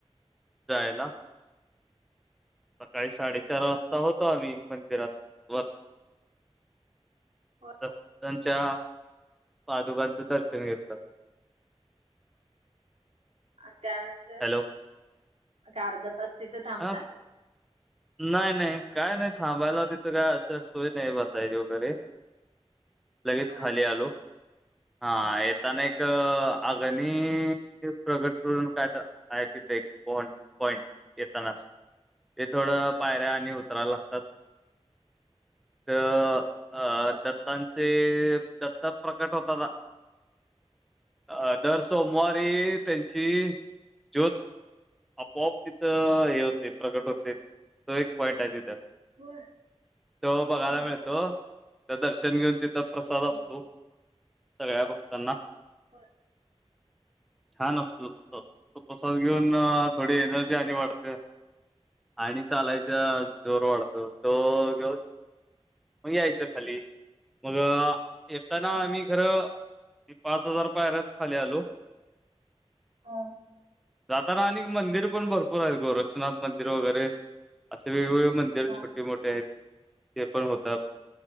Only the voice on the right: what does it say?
होय
अ त्यानंतर,
अर्धा तास तिथं थांबला?
होय
हा
होय
होय
होय
हा
बर.
होय
हा
हा